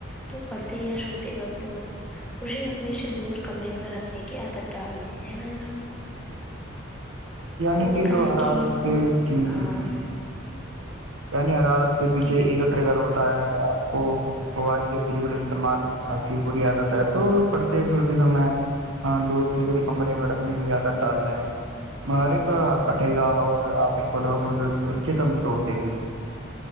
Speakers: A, in the centre; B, on the right (about 85°).
A: تو پڑھتے یا سوتے وقت ہو اسے اپنے سے دور کمرے میں رکھنے کی عادت ڈال لیتے ہے نا جناب
B: یعنی
A: اور کہیں
B: جو ہر
A: کہ
B: حالت کے
A: خود
B: جی جی
A: ہاں
B: جی یعنی ہر عالت کے پیچھے
A: کہ
B: ایکٹھے کر ہوتا ہے آپ کو وب کے بالول استعمال آ کی بی عادت ہے تو پڑھتے چھوٹے سمے ہاں دور دوسرے کمرے میں رکھنے کی زیادت ڈال رہے ہیں مارے کا اٹے گا اور آپ خود بخود کے دم توڑ دے گی